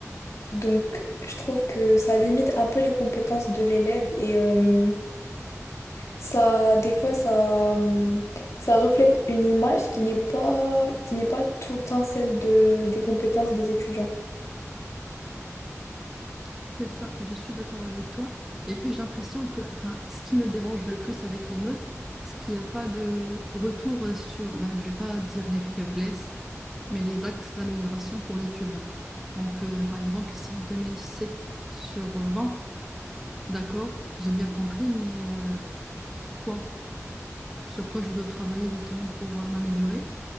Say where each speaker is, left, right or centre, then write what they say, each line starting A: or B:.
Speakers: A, on the left (about 65°); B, in the centre.
A: Donc, je trouve que ça limite un peu les compétences de l'élève et euh, ça, des fois, ça, euh, ça reflète une image qui n'est pas, qui n'est pas tout le temps celle de, des compétences des étudiants.
B: C'est ça, je suis d'accord avec toi. Et puis, j'ai l'impression que enfin, ce qui me dérange le plus avec les notes, c'est qu'il n'y a pas de retour sur, ben, je vais pas dire les faiblesses, mais les axes d'amélioration pour l'étudiant. Donc, euh, par exemple, si on te met 7 sur 20. d'accord, j'ai bien compris, mais euh, pourquoi? Sur quoi je dois travailler justement pour euh, m'améliorer?